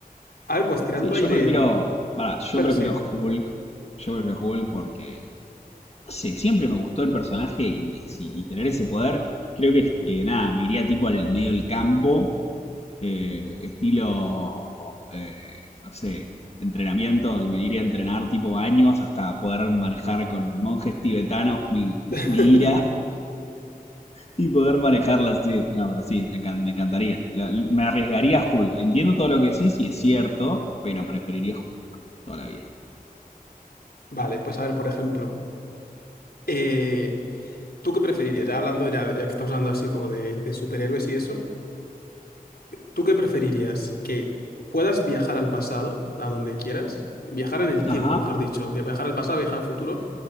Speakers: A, on the left; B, on the left.
A: A ver, pues tirando
B: Sí, yo
A: ahí de...
B: prefiero. Pará, yo
A: Bueno,
B: prefiero
A: sí.
B: Hulk. Yo prefiero Hulk porque. No sé, siempre me gustó el personaje y, si- y tener ese poder. Creo que, este, eh, nada, me iría tipo al medio del campo, eh, estilo. eh, no sé, entrenamiento y me iría a entrenar tipo años hasta poder manejar con monjes tibetanos mi, <laughs>
A: <laughs>
B: mi ira Y poder manejarla así. No, pero sí, me, encan- me encantaría. La- me arriesgaría a Hulk. Entiendo todo lo que decís y es cierto, pero preferiría Hulk toda la vida.
A: Vale, pues a ver, por ejemplo, eh, ¿tú qué preferirías? Ya hablando, ya, ya que estamos hablando así como de, de superhéroes y eso, ¿tú qué preferirías? ¿Que puedas viajar al pasado, a donde quieras? Viajar en el tiempo,
B: Ajá.
A: mejor dicho, de- viajar al pasado, viajar al futuro,